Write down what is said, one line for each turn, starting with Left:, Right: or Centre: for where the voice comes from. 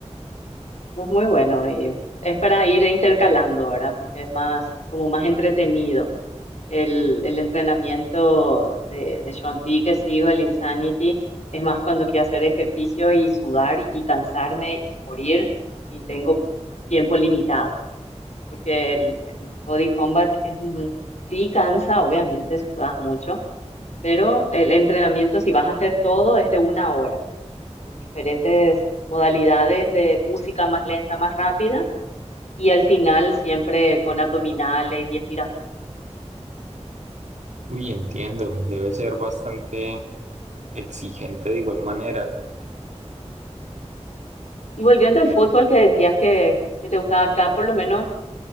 Left: Es muy bueno y es para ir intercalando, ¿verdad? Porque es más, como más entretenido. El, el entrenamiento de, de Shaun T que sigo, el Insanity, es más cuando quiero hacer ejercicio y sudar y cansarme y morir y tengo tiempo limitado. Porque el, el Body Combat es, un- sí cansa, obviamente, sudas mucho, pero el entrenamiento, si vas a hacer todo, es de una hora. entre diferentes modalidades de música más lenta, más rápida y al final siempre con abdominales y estiramientos.
Right: Uy, entiendo, debe ser bastante exigente de igual manera.
Left: Y volviendo al fútbol que decías que, que te gustaba acá, por lo menos